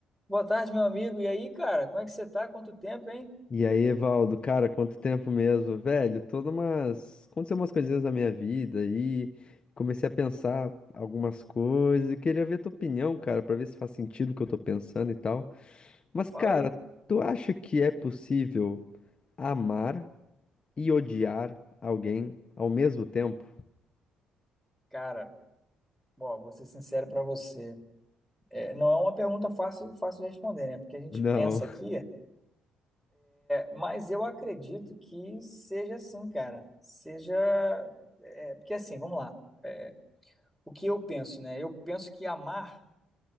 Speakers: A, in the centre; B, on the left.
A: Boa tarde, meu amigo. E aí, cara, como é que você tá? Quanto tempo, hein?
B: E aí, Evaldo, cara, quanto tempo mesmo, velho? Todas umas. Aconteceu umas coisinhas na minha vida aí. Comecei a pensar algumas coisas e queria ver tua opinião, cara, pra ver se faz sentido o que eu tô pensando e tal. Mas,
A: Fala
B: cara,
A: aí.
B: tu acha que é possível amar e odiar alguém ao mesmo tempo?
A: Cara, bom, vou ser sincero pra você. É, não é uma pergunta fácil, fácil de responder, né? Porque a gente
B: Não.
A: pensa aqui, é, mas eu acredito que seja assim, cara. Seja. é, porque assim, vamos lá. É, O que eu penso, né? Eu penso que amar,